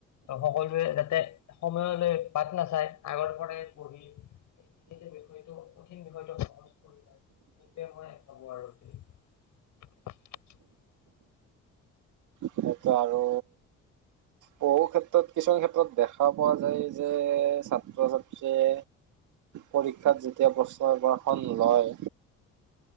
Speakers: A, on the left; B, on the right.
A: ত' সকলোৱে যাতে সময়লৈ বাট নাচায় আগৰ পৰাই পঢ়ি সেটো বিষয়টো কঠিন বিষয়টো সহজ কৰি লয় সেইটোৱে মই ভাবো আৰু।
B: এতিয়া আৰু বহু ক্ষেত্ৰত কিছুমান ক্ষেত্ৰত দেখা পোৱা যায় যে ছাত্ৰ-ছাত্ৰীয়ে পৰীক্ষাত যেতিয়া প্ৰশ্নৰ পেপাৰখন লয়,